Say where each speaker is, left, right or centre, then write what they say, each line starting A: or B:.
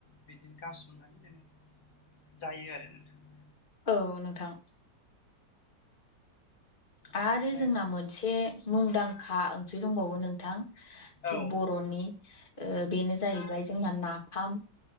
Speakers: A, on the left; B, on the left.
A: बिदिनो गारस'नानै जोङो जायो आरो। नोंथां औ
B: औ नोंथां। आरो
A: ओमफ्राय
B: जोंना मोनसे मुंदांखा ओंख्रि दंबावो नोंथां
A: औ
B: बर'नि ओ बेनो जाहैबाय जोंना नाफाम